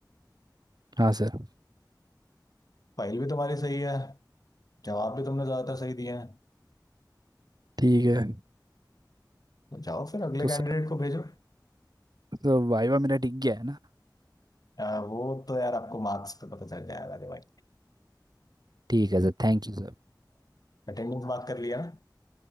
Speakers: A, on the right; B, on the left.
A: हाँ सर
B: फाइल भी तुम्हारी सही है जवाब भी तुमने ज्यादातर सही दिए हैं
A: ठीक है
B: तो जाओ फिर अगले
A: तो
B: कैंडिडेट
A: सर
B: को भेजो
A: तो वाइवा मेरा टिक गया है ना
B: आ, वो तो यार आपको मार्क्स पे पता चल जाएगा अरे भाई
A: ठीक है सर थैंक यू सर
B: अटेंडेंस बात कर लिया ना